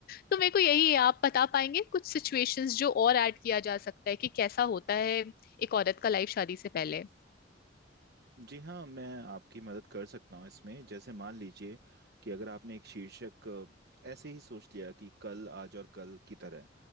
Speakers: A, on the left; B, on the right.
A: तो मेरे को यही है आप बता पाएंगे कुछ सिचुएशंस जो और ऐड किया जा सकता है कि कैसा होता है एक औरत का लाइफ शादी से पहले
B: जी हाँ मैं आपकी मदद कर सकता हूँ इसमें जैसे मान लीजिए कि अगर आपने एक शीर्षक अ, ऐसे ही सोच लिया कि कल आज और कल की तरह